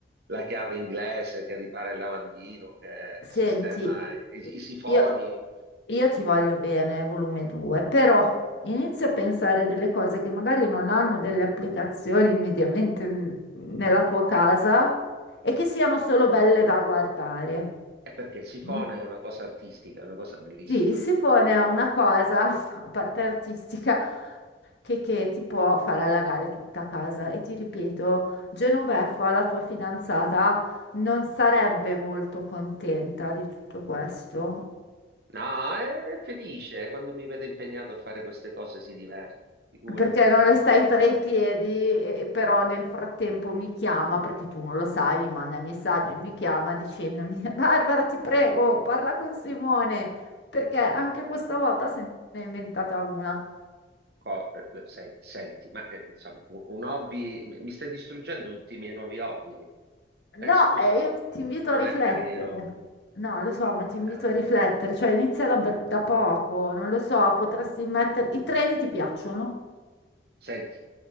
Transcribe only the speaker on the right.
la chiave inglese che ripara il lavandino, che
sistema i, i sifoni.
È perché il sifone
è una cosa artistica, è una cosa bellissima.
No, è, è felice quando mi vede impegnato a fare queste cose, si diverte, figurati.
Co- eh, sen- Senti, ma eh, insomma, un un hobby, mi stai distruggendo tutti i miei nuovi hobby.
Eh, scusa,
non
è carino.
eh.
Senti,